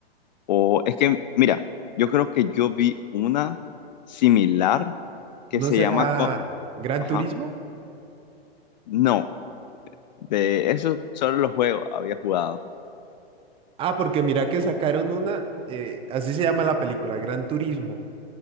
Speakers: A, on the left; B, on the right.
A: O es que, mira, yo creo que yo vi una similar que
B: ¿No
A: se
B: será
A: llama... Co-
B: Gran
A: Ajá.
B: Turismo?
A: No, de eso sobre los juegos había jugado.
B: Ah, porque mira que sacaron una, eh, así se llama la película, Gran Turismo.